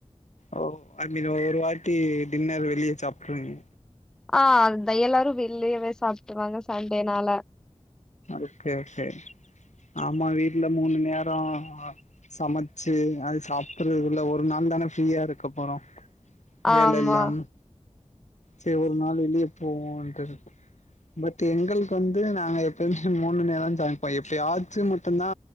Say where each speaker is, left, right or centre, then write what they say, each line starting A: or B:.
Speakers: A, on the left (about 75°); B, in the centre.
A: ஓ ஐமீன ஒரு வாட்டி டின்னரு வெளிய சாப்ட்ருவிங்க
B: ஆ அத எல்லாரு வெள்ளயவே சாப்ட்ருவாங்க சண்டேனால
A: ஒகே ஒகே ஆமா வீட்ல மூணு நேரொ சமச்சு அது சாப் ட்றதுக்குல்ல ஒரு நாள் தான ஃப்ரீயா இருக்க போறோ வேலெல்லாம
B: ஆமா
A: சே ஒரு நாள் வெளிய போவோன்ட்டுர் பட் எங்கள்க்கு வந்து நாங்க எப் பமே மூணு நேர சமைப்பொ எப்பயாச்சு மட்டுந்தா